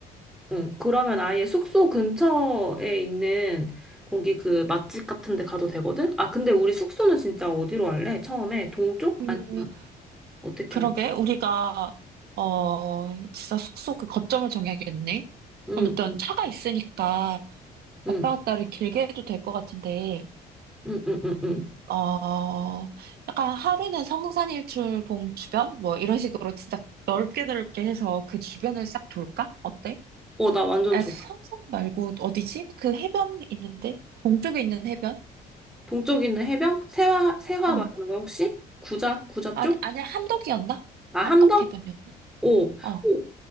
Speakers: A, in the centre; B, on the right.
A: 응, 그러면 아예 숙소 근처에 있는 거기 그 맛집 같은 데 가도 되거든? 아, 근데 우리 숙소는 진짜 어디로 할래? 처음에 동쪽?
B: 그,
A: 아니면 어떻게
B: 그러게
A: 할래?
B: 우리가 어 진짜 숙소 그 거점을 정해야겠네.
A: 응,
B: 그럼 일단
A: 응,
B: 차가 있으니까
A: 응,
B: 왔다 갔다를 길게 해도 될 것 같은데
A: 응, 응, 응, 응.
B: 어, 약간 하루는 성산일출봉 주변? 뭐 이런 식으로 진짜 넓게 넓게 해서 그 주변을 싹 돌까? 어때?
A: 어, 나 완전
B: 아,
A: 좋아.
B: 성산 말고 어디지? 그 해변 있는데? 동쪽에 있는 해변?
A: 동쪽에 있는 해변? 세화, 세화
B: 어.
A: 말하는 거야, 혹시? 구자? 구자
B: 아니,
A: 쪽?
B: 아니, 함덕이었나?
A: 아, 함덕?
B: 함덕 해변이었나?
A: 오,
B: 어.
A: 오,